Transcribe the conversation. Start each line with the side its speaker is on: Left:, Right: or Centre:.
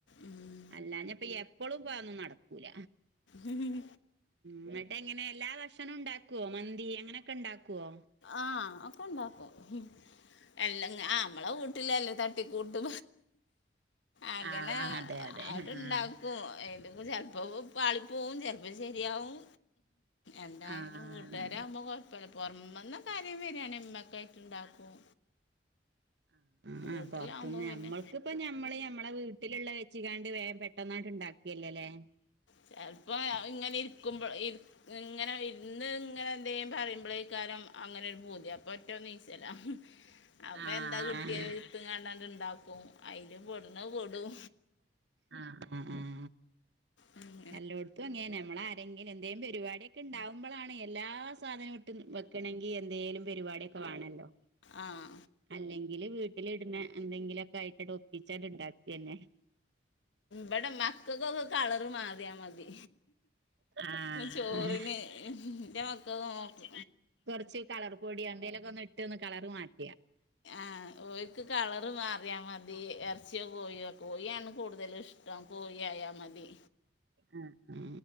Left: ഉം ഉം
Right: അല്ലാഞ്ഞഎപ്പ ളും പ ത്അന്നും നടക്കൂല
Left: ഉം ഉം
Right: ഇങ്ങട്ട് എങ്ങനെ എല്ലാ ഭക്ഷണവും ഉണ്ടാക്കുവോ മന്തി അങ്ങനെയൊക്കെ ഇണ്ടാക്കുവോ
Left: ആഹക്കെ ഉണ്ടാക്കും എല്ലാം നമ്മളെ വീട്ടിലല്ല അ തട്ട് ട്ടിക്കൂട്ട് അങ്ങനെ
Right: ആഹ് ആഹ് അതെ അതെ
Left: അത് ഇണ്ടാക്കും
Right: ആഹ്
Left: അയിന്റെപ്പം പാളിപ്പോവും ചിലപ്പോൾ ശരിയാവും എന്തായാലും
Right: ആഹ്
Left: വീട്കാരകുമ്പോൾ കുഴപ്പമില്ല പുറമന്ന കാര്യം വെരണമ്മക്കാ ആയിട്ട് ഇണ്ടാക്കും
Right: ആഹ ആ
Left: വീട്ടിലാവുമ്പോൾ
Right: ആ പുറത്തുന്ന് ഞമ്മൾക്കിപ്പ
Left: പിന്നെ
Right: ഞമ്മള് ഞമ്മളെ വീട്ടിലുള്ള വെച്ച കാണ്ട് വേ പെട്ടന്ന് ഇണ്ടാക്കിയല്ലേല്ലേ
Left: ചിലപ്പോ ഇങ്ങനെ ഇരിക്കുമ്പോ ഇരി ഇങ്ങനെ ഇര്ന്ന് ഇങ്ങനെ എന്തെിലും പറയുമ്പോളേക്കാലം അങ്ങനെ ഒരു പൂതി അപ്പോൾ റ്റോ ഒന്നുനിച്ച ല്ലാ
Right: <unintelligible>
Left: അപ്പൊ
Right: ആഹ്
Left: എന്താ കിട്ടിയെ എടുത്ത് കണ്ടണ്ട് ഇണ്ടാക്കും അയില് പൊടുന്ന പൊടും
Right: ആഹ ഉം ഉം
Left: ഉം
Right: എല്ലോട്ത്തും അങ്ങനെ നമ്മള ആരെങ്കിലും എന്തെ പരിപാടിയൊക്കെ ഉണ്ടാവുമ്പോളാണ് എല്ലാ സാധനവും ക്കുംവെക്കണെങ്കിൽ എന്തേങ്കലും പരിപാടിയൊക്കെ വാണല്ലോ
Left: ആഹ
Right: അല്ലെങ്കില് വീട്ടിലിടുന്ന എന്തെങ്കിലൊക്കെ ആയിട്ട് ഒപ്പിച്ചാണ്ട് ണ്ടാകന്നെ
Left: വിടെ മക്കക്കൊക്കെ കളറ് മാറിയാ മതി
Right: ആഹ്
Left: ചോറിന്
Right: ആഹ്
Left: എന്റെ മക്ക നോക്ക
Right: കുറച്ച് കളർ പൊടിയോ എന്തെേലൊക്കെ ഒന്ന് ഇട്ട് ഒന്ന് കളർ മാറ്റ
Left: ആഹ് ഓൽക്ക് കളർ മാറിയ മതി ഇറച്ചിയോ കോഴോ കോഴിയാണ് കൂടുതല് ഇഷ്ട്ടം ഇതാകുമ്പോകോഴിയാമതി
Right: ആ ആ